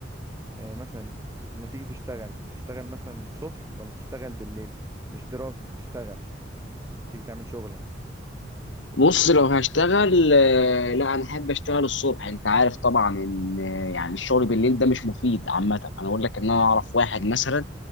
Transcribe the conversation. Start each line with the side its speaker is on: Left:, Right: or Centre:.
Right: آه مثلا لما تيجي تشتغل تشتغل مثلا الصبح ولا تشتغل بالليل مش دراسة تشتغل تيجي تعمل شغلك
Left: بص لو هشتغل آه، لا انا احب اشتغل الصبح انت عارف طبعا ان آه، يعني الشغل بالليل ده مش مفيد عامه انا اقول لك ان انا اعرف واحد مثلا